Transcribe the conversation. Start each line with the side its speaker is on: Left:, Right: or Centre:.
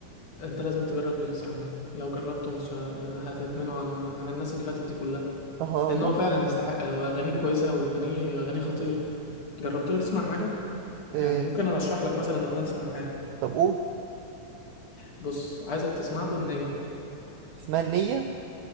Left: انت لازم تجرب ليجاسي عامه لو جربته مش ه- هتدمنه عن عن الناس اللي فاتت دي كلها
Right: اه
Left: لان
Right: جرب
Left: هو فعلا يستحق هو اغانيه كويسه قوي اغانيه اغانيه خطيره جربت له تسمع حاجه
Right: اه،
Left: يعني ممكن ارشح لك مثلا اغنيه تسمعها له
Right: طب قول
Left: بص عايزك تسمع له النية
Right: اسمها النية